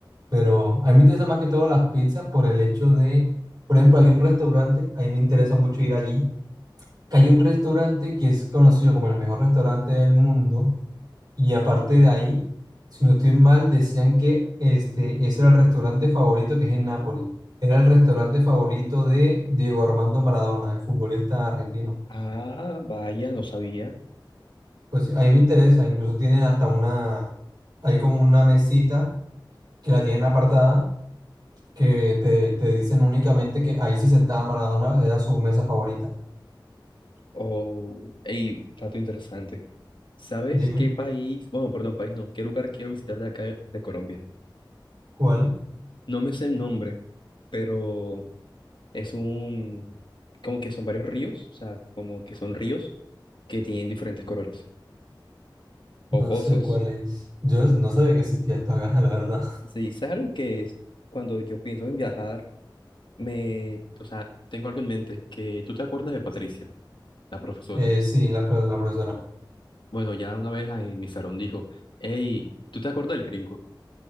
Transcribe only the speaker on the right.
Pero a mí me interesa más que todo las pizzas por el hecho de, por ejemplo, hay un restaurante, a mí me interesa mucho ir allí, que hay un restaurante que es conocido como el mejor restaurante del mundo. Y aparte de ahí, si no estoy mal, decían que este, ese era el restaurante favorito que es en Nápoles. Era el restaurante favorito de Diego Armando Maradona, el futbolista argentino.
Pues sí, a mí me interesa, incluso tiene hasta una, hay como una mesita que la tienen apartada que te, te dicen únicamente que ahí se sentaba Maradona, era su mesa favorita.
Dime,
¿cuál?
No
sé cuál es. Yo no sabía que existía esta gana, <laughs> la verdad.
Eh, sí, la, pro- la profesora.